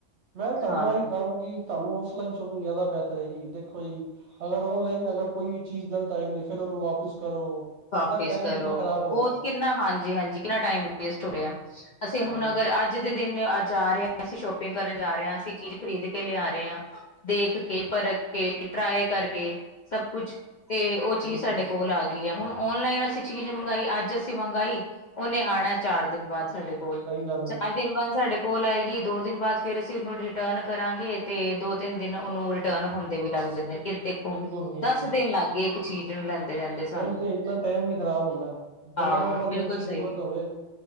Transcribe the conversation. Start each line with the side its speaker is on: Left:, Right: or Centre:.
Right: ਮੈਂ ਤੁਹਾਨੂੰ
Left: ਹਾਂ
Right: ਆਹੀ ਕਹਾਂਗੀ ਤੁਹਾਨੂੰ ਔਫਲਾਈਨ ਸ਼ੋਪਿੰਗ ਜ਼ਿਆਦਾ ਬ। ਜੀ ਦੇਖੋ ਜੀ ਅਗਰ ਔਨਲਾਈਨ ਅਗਰ ਕੋਈ ਵੀ ਚੀਜ਼ ਗਲਤ ਆ ਜਾਂਦੀ ਫਿਰ ਉਹਨੂੰ ਵਾਪਿਸ ਕਰੋ।
Left: ਵਾਪਿਸ
Right: ਏਦਾਂ ਟਾਈਮ
Left: ਕਰੋ
Right: ਕਿੰਨਾ ਖ਼ਰਾਬ ਹੋ
Left: ਬਹੁਤ
Right: ਰਿਹਾ
Left: ਕਿੰਨਾ ਹਾਂਜੀ-ਹਾਂਜੀ ਕਿੰਨਾ ਟਾਈਮ ਵੇਸਟ ਹੋ ਰਿਹਾ। ਅਸੀਂ ਹੁਣ
Right: ਹਾਂਜੀ
Left: ਅਗਰ ਅੱਜ। ਅੱਜ ਦੇ ਦਿਨ ਅੱਜ ਆ ਰਹੇ ਅਸੀਂ ਸ਼ੋਪਿੰਗ ਕਰਨ ਜਾ ਰਹੇ ਆ ਅਸੀਂ ਚੀਜ਼ ਖਰੀਦ ਕੇ ਲਿਆ ਰਹੇ ਆ। ਦੇਖ ਕੇ ਪਰਖ ਕੇ। ਟਰਾਏ ਕਰਕੇ ਸਭ ਕੁਛ ਤੇ ਉਹ ਚੀਜ਼
Right: ਬਿਲਕੁਲ
Left: ਸਾਡੇ ਕੋਲ ਆ ਗਈ ਆ ਹੁਣ। ਔਨਲਾਈਨ ਅਸੀਂ ਚੀਜ਼ ਮੰਗਾਈ ਅੱਜ ਅਸੀਂ ਮੰਗਾਈ ਉਹਨੇ ਆਣਾ ਚਾਰ ਦਿਨ ਬਾਅਦ ਸਾਡੇ ਕੋਲ।
Right: ਸਹੀ
Left: ਕੋਲ
Right: ਗੱਲ
Left: ਚਾਰ
Right: ਹੈ ਜੀ
Left: ਦਿਨ ਬਾਅਦ ਸਾਡੇ। ਕੋਲ ਆਏਗੀ ਦੋ ਦਿਨ ਬਾਅਦ ਫੇਰ ਅਸੀਂ ਉਹਨੂੰ ਰਿਟਰਨ ਕਰਾਂਗੇ ਤੇ ਦੋ ਤਿੰਨ ਦਿਨ ਉਹਨੂੰ ਰਿਟਰਨ ਹੋਣਦੇ ਵੀ ਲੱਗ ਜਾਂਦੇ। ਕਿ ਦੇਖੋ
Right: ਬਿਲਕੁਲ ਬਿਲਕੁਲ
Left: ਦਸ ਦਿਨ ਲੱਗ ਗਏ ਇੱਕ ਚੀਜ਼ ਨੂੰ ਲੈਂਦੇ ਲੈਂਦੇ। ਸਾਨੂੰ
Right: ਉਹੀ ਤੇ ਇੰਨਾ ਟਾਈਮ ਵੀ ਖਰਾਬ ਹੁੰਦਾ ਬੰਦੇ
Left: ਹਾਂ
Right: ਨੂੰ ਐਮਰਜੈਂਸੀ
Left: ਬਿਲਕੁਲ ਸਹੀ
Right: ਜ਼ਰੂਰਤ
Left: ਹੈ
Right: ਹੋਵੇ।